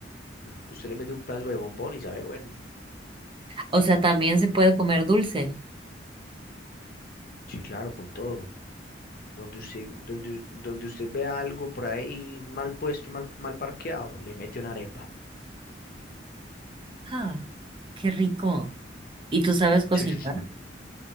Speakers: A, on the left; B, on the right.
A: Mm, Usted le mete un pedazo de bombón y sabe bueno.
B: O sea, también se puede comer dulce.
A: Sí, claro, con todo. Donde usted, donde, donde usted vea algo por ahí mal puesto, mal, mal parqueado, le mete una arepa.
B: Ah, qué rico. ¿Y tú sabes cocinar?
A: Sí, sí, sí.